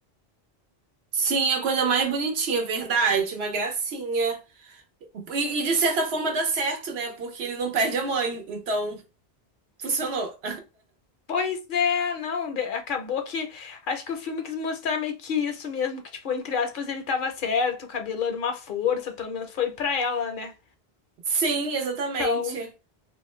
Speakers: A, on the right; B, on the left.
A: Sim, a coisa mais bonitinha, verdade, uma gracinha. E, e, de certa forma dá certo, né? Porque ele não perde a mãe. Então, funcionou.
B: Pois é, não, de- acabou que acho que o filme quis mostrar meio que isso mesmo, que tipo, entre aspas, ele tava certo, o cabelo era uma força, pelo menos foi pra ela, né?
A: Sim, exatamente.
B: Então,